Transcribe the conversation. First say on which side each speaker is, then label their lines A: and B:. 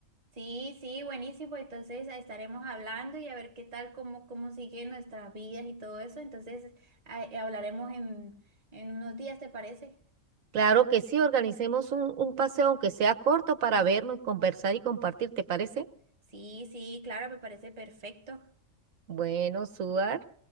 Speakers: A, on the right; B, on the right.
A: Sí, sí, buenísimo. Entonces estaremos hablando y a ver qué tal, cómo, cómo siguen nuestras vidas y todo eso. Entonces ah, eh, hablaremos en, en unos días, ¿te parece?
B: Claro que sí, organicemos un, un paseo, aunque sea corto, para vernos, conversar y compartir, ¿te parece?
A: Sí, sí, claro, me parece perfecto.
B: Bueno, Suar,